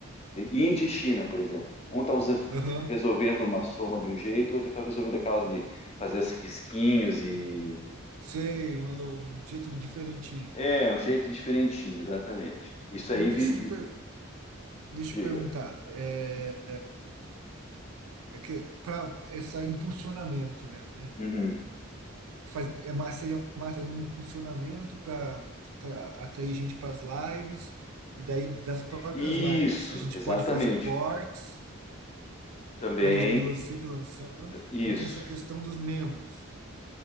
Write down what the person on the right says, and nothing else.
aham.
Sei, Malu, um jeito diferentinho.
É,
Mas
deixa
eu te, per- deixa
eu te perguntar. É, é que para esse impulsionamento, né?
Faz, é mais, seria mais fazer um impulsionamento para atrair gente para as lives. E daí, das próprias
lives, a gente
pode fazer cortes
para ir já ir lan- sempre lançando.
E tem essa questão dos membros.